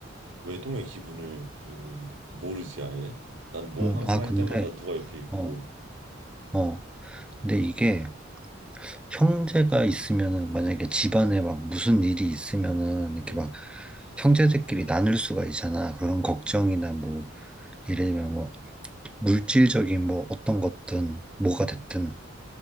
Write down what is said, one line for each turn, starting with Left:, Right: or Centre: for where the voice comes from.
Right: 외동의 기분을 그 모르지 아예. 나는 뭐
Centre: 음.
Right: 항상
Centre: 아,
Right: 할
Centre: 근데,
Right: 때마다 누가 옆에 있고.
Centre: 어, 어. 근데 이게 형제가 있으면은 만약에 집안에 막 무슨 일이 있으면은 이렇게
Right: 음,
Centre: 막 형제들끼리 나눌 수가 있잖아. 그런 걱정이나 뭐 예를 들면 뭐 물질적인 뭐 어떤 것든 뭐가
Right: 음,
Centre: 됐든.